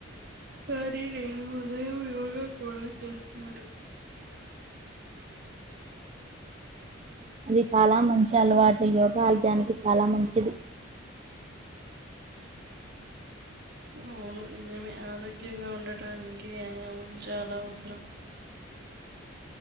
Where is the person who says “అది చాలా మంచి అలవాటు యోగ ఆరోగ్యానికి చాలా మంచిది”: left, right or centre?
Right